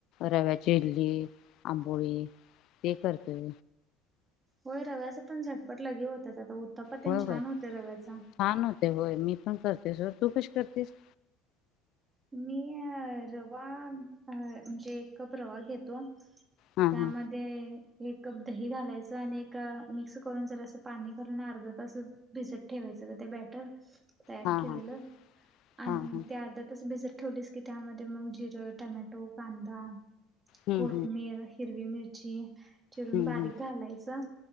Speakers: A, on the left; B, on the right.
A: रव्याची इडली, आंबोळी ते करते.
B: होय रव्याचा पण झटपट लगे होतच आता उत्तप्पा तेन
A: होय
B: छान
A: होय
B: होते रव्याचा.
A: छान होते होय मी पण करतेस व तू कशी करतेस?
B: मी अ रवा म्हणजे एक कप रवा घेतो
A: हा
B: त्याम
A: हा
B: ते एक कप दही घालायचं आणि एक मिक्स करून जरा सा पाणी घालून अर्धा तास भिजत ठेवायचं गं ते बॅटर तयार
A: हा
B: केलेलं
A: हा
B: आणि
A: हा हा
B: त्या अर्ध तास भिजत ठेवलीस की त्यामध्ये मग जिरं, टमॅटो, कांदा,
A: हम्म
B: कोथमीर हिरवी मिरची चिरून
A: हम्म
B: बारीक घालायचा